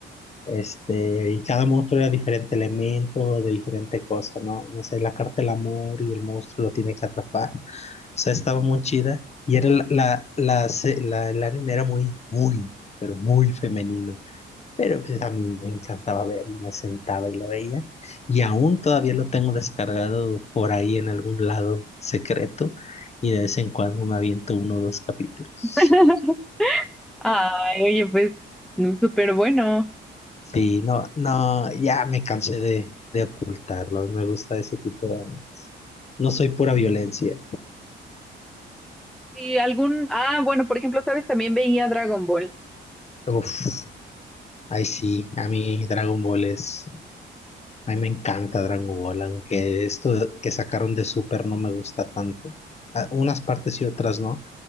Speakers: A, on the left (about 35°); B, in the centre.
A: Este, y cada monstruo era diferente elemento, de diferente cosa, ¿no? No sé, la carta del amor y el monstruo lo tiene que atrapar. sea, estaba muy chida y era la, la, la, se- la- el anime era muy, muy, pero muy femenino. Pero pues a mí me encantaba verlo, me sentaba y lo veía. Y aún todavía lo tengo descargado por ahí en algún lado secreto y de vez en cuando me aviento uno o dos capítulos.
B: <laughs> Ay, oye, pues, no, súper bueno.
A: Sí, no, no, ya me cansé de, de ocultarlo, me gusta ese tipo de animes. No soy pura violencia.
B: Y algún, ah, bueno, por ejemplo, ¿sabes? También veía Dragon Ball.
A: Uf, ay sí, a mí Dragon Ball es... A mí me encanta Dragon Ball, aunque esto de- que sacaron de Super no me gusta tanto. A- unas partes y otras no,